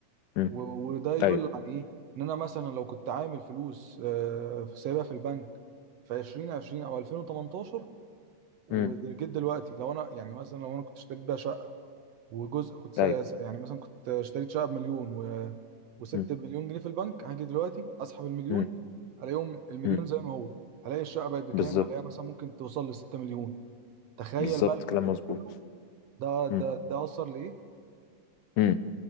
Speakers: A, on the left; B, on the right.
A: أمم.
B: و- وده يدل
A: ايوه
B: عن ايه ان انا مثلا لو كنت عامل فلوس آه، في سايبها في البنك في 2020 او 2018 وجيت
A: امم
B: دلوقتي لو انا يعني مثلا لو انا كنت اشتريت بيها شقة وجزء كنت س-
A: ايوه
B: يعني مثلا كنت اشتريت شقه بمليون و... وسبت
A: امم
B: مليون جنيه في البنك هاجي دلوقتي اسحب المليون
A: امم
B: الاقيهم المليون
A: أمم.
B: زي ما هو هلاقي الشقه بقت بكام
A: بالظبط
B: هلاقيها مثلا ممكن توصل ل 6 مليون تخيل
A: بالظبط
B: بقى الفرق
A: كلام
B: ده
A: مظبوط
B: كله ده ده
A: امم
B: ده اثر لايه
A: أمم.